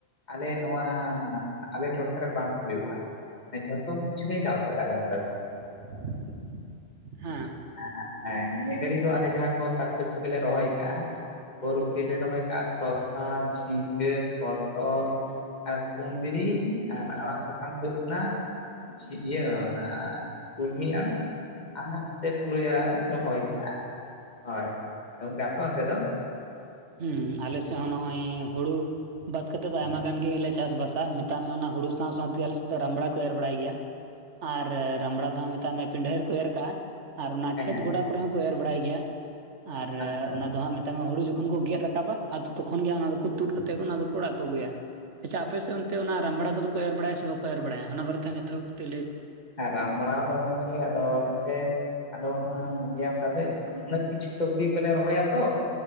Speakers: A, on the left; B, on the right.
A: ᱟᱞᱮ ᱱᱚᱣᱟ ᱟᱞᱮ ᱴᱚᱴᱷᱟ ᱨᱮ ᱵᱟᱝ ᱦᱩᱭᱩᱜᱼᱟ᱾ ᱡᱚᱛᱚᱢ ᱠᱤᱪᱷᱩ ᱜᱮ ᱪᱟᱥ ᱦᱩᱭᱩᱜᱼᱟ ᱟᱞᱮ ᱚᱱᱛᱮ ᱫᱚ᱾
B: <inaudible> ᱦᱮᱸ᱾
A: <inaudible> ᱮᱸ ᱱᱤᱭᱟᱹ ᱜᱷᱟᱹᱲᱤ ᱫᱚ ᱟᱞᱮ ᱡᱟᱦᱟᱸ ᱠᱚ ᱥᱟᱠ ᱥᱚᱵᱽᱡᱤ ᱠᱚᱞᱮ ᱨᱚᱦᱚᱭ ᱠᱟᱜᱼᱟ ᱵᱳᱨᱵᱩᱴᱤ ᱞᱮ ᱨᱚᱦᱚᱭ ᱠᱟᱜᱼᱟ, ᱥᱚᱥᱟ, ᱡᱷᱤᱸᱜᱟᱹ, ᱯᱚᱴᱚᱞ᱾ ᱟᱨ ᱠᱩᱱᱫᱽᱨᱤ ᱟᱨ ᱟᱲᱟᱜ ᱥᱟᱠᱟᱢ ᱫᱚ ᱦᱩᱭᱩᱜ ᱠᱟᱱᱟ ᱡᱷᱤ ᱤᱭᱟᱹ ᱚᱱᱟ ᱠᱩᱞᱢᱤ ᱟᱲᱟᱜ᱾ ᱟᱨ ᱛᱮ ᱯᱩᱨᱟᱹᱭ ᱟᱲᱟᱜ ᱞᱮ ᱨᱚᱦᱚᱭ ᱠᱟᱜᱼᱟ, ᱦᱳᱭ ᱟᱫᱚ ᱜᱚᱝᱠᱮ ᱟᱯᱮ ᱚᱱᱛᱮ ᱫᱚ?
B: ᱦᱩᱸ ᱟᱞᱮ ᱥᱮᱜ ᱦᱚᱸ ᱱᱚᱜᱼᱚᱭ ᱦᱩᱲᱩ ᱵᱟᱫᱽ ᱠᱟᱛᱮ ᱫᱚ ᱟᱭᱢᱟ ᱜᱟᱱ ᱜᱮᱞᱮ ᱪᱟᱥ ᱵᱟᱥᱼᱟ ᱢᱮᱛᱟᱜ ᱢᱮ ᱚᱱᱟ ᱦᱩᱲᱩ ᱥᱟᱶ ᱥᱟᱶᱛᱮ ᱟᱞᱮ ᱥᱮᱫ ᱫᱚ ᱨᱟᱢᱵᱲᱟ ᱠᱚ ᱮᱨ ᱵᱟᱲᱟᱭ ᱜᱮᱭᱟ ᱟᱨ ᱨᱟᱢᱵᱲᱟ ᱫᱚ ᱦᱟᱸᱜ ᱢᱮᱛᱟᱜ ᱢᱮ ᱯᱤᱱᱰᱦᱟᱹ ᱨᱮᱠᱚ ᱮᱨ ᱠᱟᱜᱼᱟ ᱟᱨ ᱚᱱᱟ ᱠᱷᱮᱛ
A: ᱦᱮᱸ ᱦᱮᱸ
B: ᱜᱚᱰᱟ ᱠᱚᱨᱮ ᱦᱚᱸ ᱠᱚ ᱮᱨ ᱵᱟᱲᱟᱭ ᱜᱮᱭᱟ ᱟᱨ
A: ᱟᱪᱪᱷᱟ
B: ᱚᱱᱟ ᱫᱚ ᱦᱟᱸᱜ ᱢᱮᱛᱟᱜ ᱢᱮ ᱦᱩᱲᱩ ᱡᱚ ᱛᱚᱠᱷᱚᱱ ᱠᱚ ᱜᱮᱫ ᱨᱟᱠᱟᱵᱟ ᱟᱫᱚ ᱛᱚᱠᱷᱚᱱ ᱜᱮ ᱚᱱᱟ ᱫᱚᱠᱚ ᱛᱩᱫ ᱠᱟᱛᱮᱫ ᱚᱱᱟ ᱫᱚᱠᱚ ᱚᱲᱟᱜ ᱠᱚ ᱟᱹᱜᱩᱭᱟ ᱟᱪᱪᱷᱟ ᱟᱯᱮ ᱥᱮᱫ ᱚᱱᱛᱮ ᱚᱱᱟ ᱨᱟᱢᱵᱲᱟ ᱠᱚᱫᱚ ᱠᱚ ᱮᱨ ᱵᱟᱲᱟ ᱥᱮ ᱵᱟᱠᱚ ᱮᱨ ᱵᱟᱲᱟᱭᱟ ᱚᱱᱟ ᱵᱟᱨᱮᱛᱮ ᱠᱟᱛᱷᱟ ᱠᱚ ᱠᱟᱹᱴᱤᱡ ᱞᱟᱹᱭ
A: ᱨᱟᱢᱵᱲᱟ ᱫᱚ ᱜᱚᱢᱠᱮ ᱟᱫᱚ ᱮᱱᱛᱮᱜ ᱟᱫᱚ ᱚᱱᱟ ᱵᱮᱭᱟᱢ ᱠᱟᱱᱫᱟᱹᱧ ᱩᱱᱟᱹᱜ ᱠᱤᱪᱷᱩ ᱥᱚᱵᱽᱡᱤ ᱠᱚᱞᱮ ᱨᱚᱦᱚᱭᱟ ᱛᱚ